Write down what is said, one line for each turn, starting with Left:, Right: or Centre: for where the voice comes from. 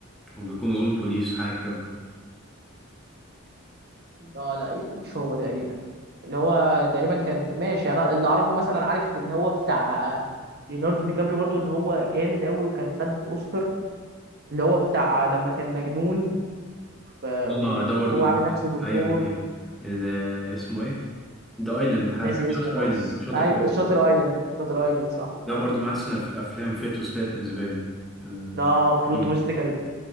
Centre: كان بيكون أظن بوليس حاجة كده
Right: اه لا مش هو تقريبا اللي هو تقريبا كان ماشي انا اللي اعرفه مثلا عارف اللي هو بتاع ليوناردو دي كابريو برضو اللي هو جامد قوي وكان خد اوسكار اللي هو بتاع لما كان مجنون ف- وهو
Centre: اه ده برضو من
Right: عامل
Centre: <laughs>
Right: نفسه دكتور
Centre: أيوه أيوه ال- اسمه إيه؟ ذا أيلاند حاجة
Right: ناسي
Centre: شاتر
Right: اسمه خالص
Centre: أيلاند شاتر
Right: ايوه
Centre: أيلاند
Right: شاتر ايلاند شاتر ايلاند صح
Centre: ده
Right: ايوه
Centre: برضو من أحسن الأف- الأفلام فيها توستات بالنسبة لي من-
Right: ده بلوت
Centre: إيه؟
Right: تويست كانت